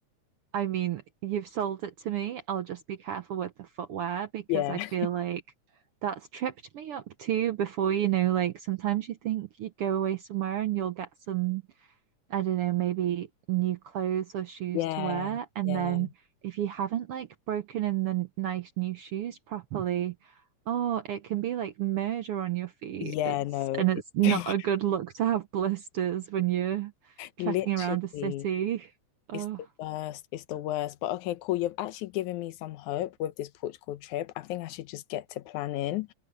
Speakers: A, on the right (about 70°); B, on the left (about 80°).
A: I mean, you've sold it to me. I'll just be careful with the footwear because
B: Yeah,
A: I feel like that's tripped me up too before, you know, like sometimes you think you go away somewhere and you'll get some, I don't know, maybe new clothes or shoes
B: <laughs> yeah,
A: to wear. And
B: yeah,
A: then if you haven't like broken in the nice new shoes properly, oh, it can be like murder on your feet.
B: yeah,
A: It's
B: no.
A: and it's not
B: <laughs>
A: a good look to have blisters when you're trekking
B: Literally,
A: around a city. <laughs> Oh.
B: It's the worst. It's the worst. But okay, cool. You've actually given me some hope with this Portugal trip. I think I should just get to planning.